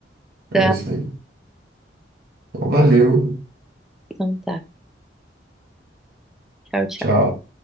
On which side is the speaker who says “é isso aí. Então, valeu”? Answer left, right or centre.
Right